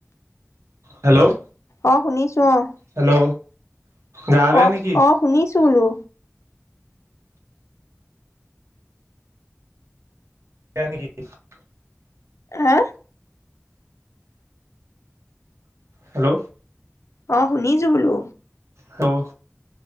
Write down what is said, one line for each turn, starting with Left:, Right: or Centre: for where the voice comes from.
Right: হেল্ল'।
Left: অঁ' শুনিছোঁ অঁ'।
Right: হেল্ল'। গা বেয়া
Left: অহ',
Right: নেকি
Left: -অ' শুনিছোঁ বোলো।
Right: <inaudible>
Left: হা?
Right: হেল্ল'।
Left: অঁ' শুনিছোঁ বোলো?
Right: হেল্ল'।